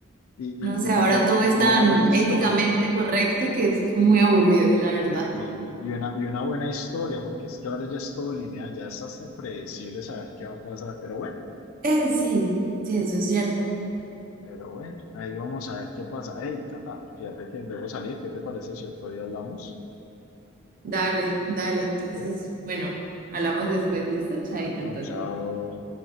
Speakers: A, on the left; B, on the right.
A: y,
B: No
A: y,
B: sé,
A: y que
B: ahora
A: te-
B: todo es
A: y
B: tan
A: una buena historia,
B: éticamente correcto que es muy aburrido, la verdad.
A: y, y una, y una buena historia, porque es que ahora ya es todo lineal, ya es hasta predecible saber qué va a pasar, pero bueno,
B: Eh, sí, sí, eso es cierto.
A: pero bueno, ahí vamos a ver qué pasa. Hey, Cata, fíjate que debo salir, ¿qué te parece si otro día hablamos?
B: Dale, dale. Entonces,
A: ¿Vale?
B: bueno, hablamos después. Listo, chaito,
A: Bueno,
B: entonces.
A: chao.